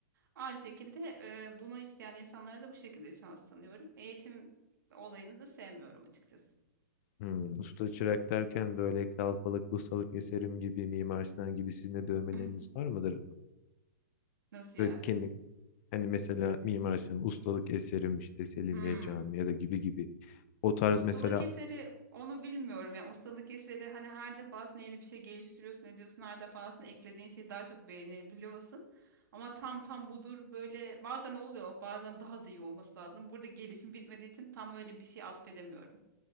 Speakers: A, on the right; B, on the left.
A: Aynı şekilde e, bunu isteyen insanlara da bu şekilde şans tanıyorum. Eğitim olayını da sevmiyorum açıkçası.
B: Hmm, Usta çırak derken böyle kalfalık, ustalık eserim gibi, Mimar Sinan gibi sizin de dövmeleriniz
A: <laughs>
B: var mıdır?
A: Nasıl
B: Böyle
A: yani?
B: kendi Hani mesela Mimar Sinan'ın ustalık eserim işte Selimiye
A: Hmm.
B: Camii ya da gibi gibi. O tarz
A: Ustalık
B: mesela
A: eseri onu bilmiyorum ya. Ustalık eseri hani her defasında yeni bir şey geliştiriyorsun ediyorsun. Her defasında eklediğin şeyi daha çok beğenebiliyorsun. Ama tam tam budur böyle bazen oluyor bazen daha da iyi olması lazım. Burada gelişim bitmediği için tam öyle bir şey atfedemiyorum.